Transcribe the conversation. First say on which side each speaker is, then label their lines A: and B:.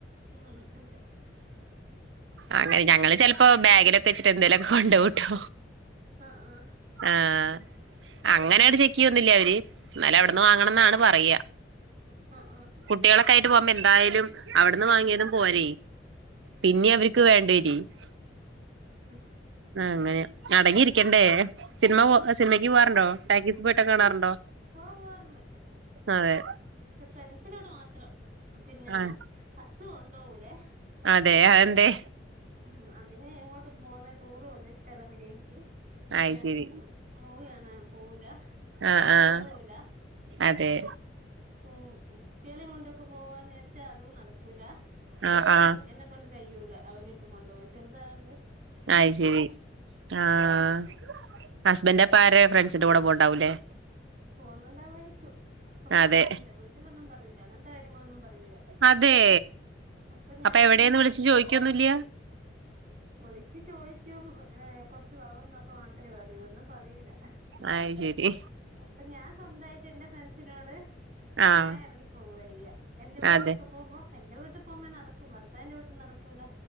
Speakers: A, on the right; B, on the right.
A: ഉം അതെ
B: ആഹ് ഞങ്ങള് ചെലപ്പോ ബാഗിലൊക്കെ വെച്ചിട്ട് എന്തേലുമൊക്കെ കൊണ്ടുപോവൂട്ടോ
A: ആഹ് ആഹ്
B: ആഹ് അങ്ങനെയണ്ട് ചെക്ക് ചെയ്യില്ല അവര് എന്നാലും അവിടെന്ന് വാങ്ങണംന്നാണ് പറയ
A: ആഹ് ആഹ്
B: കുട്ടികളൊക്കെ ആയിട്ട് പോകുമ്പോ എന്തായാലും അവിടുന്ന് വാങ്ങിയതും പോര പിന്നെ
A: അതെ
B: അവർക്ക് വേണ്ടി വരും <inaudible>
A: <unintelligible>
B: ആഹ് അങ്ങനെ അടങ്ങിയിരിക്കണ്ടേ സിനിമ പോ സിനിമക്ക്
A: ഉം
B: പോകവാറുണ്ടോ <unintelligible> പോയിട്ട് കാണാറുണ്ടോ
A: ഓ പോവാറുണ്ട്
B: അതെ
A: പക്ഷെ ഫ്രണ്ട്സിനോട് മാത്രം പിന്നെ
B: ആഹ്
A: ഹസ് കോണ്ടോവൂലെ.
B: അതെ അതെന്തെ?
A: ഉം അതിന് എങ്ങോട്ടും പോകുന്ന ടൂർ പോണ ഇഷ്ടമല്ല മര്യാദയ്ക്ക് പിന്നെ
B: അയ് ശരി
A: സിന് മൂവിയാണാൻ പോവൂല
B: ആഹ് ആഹ്
A: കൊണ്ടോവൂല
B: അതെ
A: <unintelligible> കു കുട്ടികളെ കൊണ്ടൊക്കെ പോവാ നെരിച്ചാൽ അതും നടക്കൂല ഒറ്റക്ക്
B: ആഹ് ആഹ്
A: ഇങ്ങനെ എന്റെ കൊണ്ട് കഴിയൂല അവരൊക്കെ കൊണ്ടുപോയി ചെറുതായതോണ്ട്
B: അയ്ശരി ആഹ് ഹസ്ബന്റ്പ്പം ആരെ ഫ്രണ്ട്സിന്റെ കൂടെ പോകുണ്ടാവൂല്ലേ
A: പോകുന്നുണ്ടാവാമായിരിക്കും ഒന്നും
B: അതെ
A: പറയൂല വീട്ടിലൊന്നും പറയുല അങ്ങനത്തെ കാര്യങ്ങളൊന്നും പറയൂല.
B: അതെ
A: അപ്പൊ ഞാൻ
B: അപ്പോ എവിടെന്ന്
A: എന്റെ
B: വിളിച്ച് ചോദിക്കൊന്നുല്ല
A: വിളിച്ച് ചോയ്ക്കും <unintelligible> കൊറച്ച് <unintelligible> എന്നൊക്കെ മാത്രമേ പറയൂ ഒന്നും പറയൂല.
B: അയ്ശരി
A: അപ്പോ ഞാൻ സ്വന്തമായിട്ട് എന്റെ ഫ്രണ്ട്സിനോട്
B: ആഹ്
A: ഞാൻ ഇറങ്ങി പോവയ്യ എന്റെ വീട്ടിലൊക്കെ
B: അതെ
A: പോകുമ്പോ എന്റെ വീട്ടിൽ പോകുമ്പോ നടക്കും ഭർത്താവിന്റെ വീട്ടിൽ നടക്കൂല.